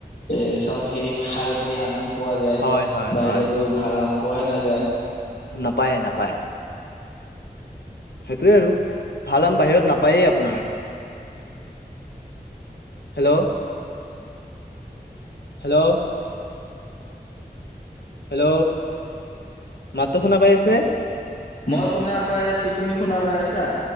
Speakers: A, on the left; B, on the left.
A: এ চ'ব সেৰি সাৰ দিয়া আম পোৱা যায়।
B: হয় হয়
A: বাহিৰততো
B: হয়
A: ভাল আম পোৱাই নাযায়।
B: নাপায় নাপায়। সেইটোৱে আৰু ভাল আম বাহিৰত নাপায়েই আপোনাৰ। হেল্ল'। হেল্ল! হেল্ল! মাতটো শুনা পাই আছে?
A: মই শুনা পাই আছো। তুমি শুনা পাই আছা?